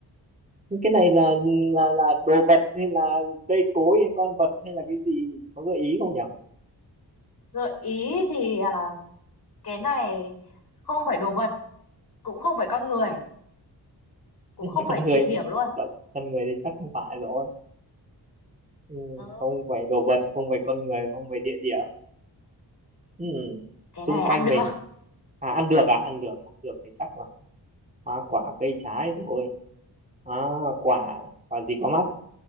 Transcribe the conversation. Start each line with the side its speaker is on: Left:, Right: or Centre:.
Right: Nhưng Cái này là là là đồ vật hay là cây cối hay con vật hay là cái gì có gợi ý không nhỉ?
Left: gợi ý thì à, cái này không phải đồ vật cũng không phải con người cũng
Right: <laughs>
Left: không phải
Right: Con người
Left: địa điểm
Right: thì
Left: luôn
Right: chắc là con người thì chắc không phải rồi. Ừ,
Left: ừ.
Right: không phải đồ vật, không phải con người, không phải địa điểm. Ừ,
Left: cái
Right: xung
Left: này
Right: quanh
Left: ăn được
Right: mình. À ăn được à, ăn được, ăn được thì chắc là hoa quả cây trái rồi à, quả quả gì có mắt